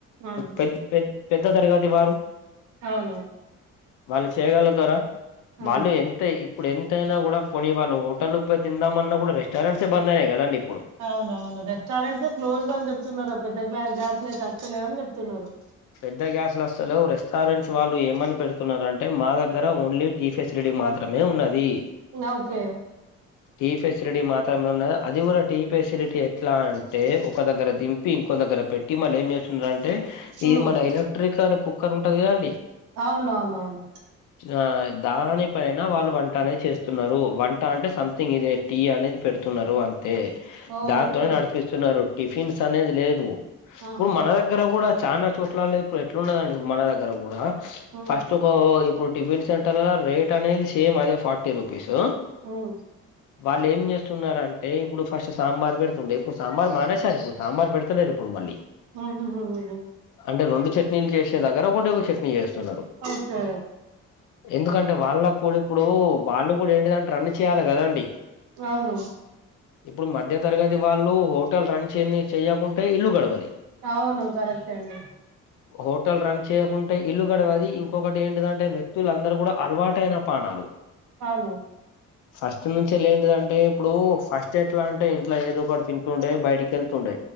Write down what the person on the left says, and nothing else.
పెద్ పేద్ పెద్ద తరగతి వారు
వాళ్ళు చేయగలగ్ తార
వాళ్ళు ఎంత ఇప్పుడు ఎంత ఎంతైనా కూడా పోని వాల్లు ఒడ్తే హోటల్కి పోయి తిందామన్న కూడా రెస్టారెంట్సే బంద అయినయి కదండి. ఇప్పుడు
పెద్ద గ్యాస్ లొస్తలేవు రెస్టారెంట్స్ వాళ్ళు ఏమని పెడుతున్నారంటే మా దగ్గర ఓన్లీ టీ ఫెసిలిటీ మాత్రమే ఉన్నది. ది
టీ ఫెసిలిటీ మాత్రమే ఉన్నది అది కూడ టీ ఫెసిలిటీ ఎట్లా అంటే ఒక దగ్గర దిం దింపి ఇంకో దగ్గర పెట్టి మళ్ళ ఏం చేస్తున్నారంటే అంటే ఇది
మన ఎలక్ట్రిక్ కారు కుక్కరుంటది కదా అండి.
ఆ దానిపైన వాళ్ళు వంట అనేది చేస్తున్నారు వంట అంటే సంమ్థింగ్ ఇదే టీ అనేది పెడుతున్నారు అంతే తే
దాంతోనే నడిపిస్తున్నారు టిఫిన్స్ అనేది లేదు
ఇప్పుడు మన దగ్గర కూడ చాన చోట్లల్లో ఇప్పుడు ఎట్లున్నదంటే మన దగ్గర కూడా
ఫస్ట్ ఒక ఇప్పుడు టిఫిన్ సెంటర్ లలో రేట్ అనేది సేమ్ అదే ఫార్టీ రూపీస్
వాళ్ళు ఏం చేస్తున్నారంటే ఇప్పుడు ఫస్ట్ సాంబార్ పెడుతుండే ఇప్పుడు సాంబార్ మానేశారు ఇప్పుడు సాంబార్ పెడుత లేరు ఇ ఇప్పుడు మళ్ళి
అంటే రెండు చట్నీలు చే సే దగ్గర ఒకటే ఒక చట్నీ చేస్తున్నారు
ఎందుకంటే వాళ్ళకు కూడ ఇప్పుడు వాళ్ళు కూడ ఏంటి దంటే రన్ చేయాలి కదా అండి
ఇప్పుడు మధ్య తరగతి వాళ్ళు హోటల్ రన్ చేయనే చేయకుంటే ఇల్లు గడవది
హోటల్ రన్ చేయకుంటే ఇల్లు గడవది, ఇంకొకటి ఏంటి‌దంటే వ్య క్తులందరు కూడ అలవాటైన పాణాలు
ఫస్ట్ నుంచి ఏంటిదంటే అంటే ఇప్పుడు ఫస్ట్ నుం చే ఎట్లా అంటే ఇంట్లో ఏదో ఒకటి తింటుండే బయటికి వెళ్తుండే